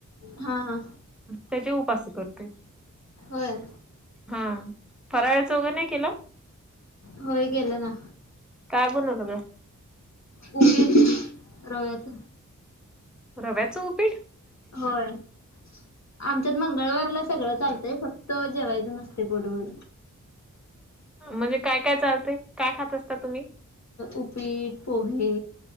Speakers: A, on the left; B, in the centre.
A: हा हा
B: त्याचे उपास करते
A: होय
B: हा फराळाचं वगैरे नाही केलं
A: होय गेल ना
B: काय बनवलं ग
A: उगे रव्याची
B: रव्याचं उपीठ
A: होय आमच्यात मंगळवारला सगळं चालतंय फक्त त जेवायचं नसते पोटभर
B: म्हणजे काय काय चालते काय खात असता तुम्ही
A: उपीट पोहे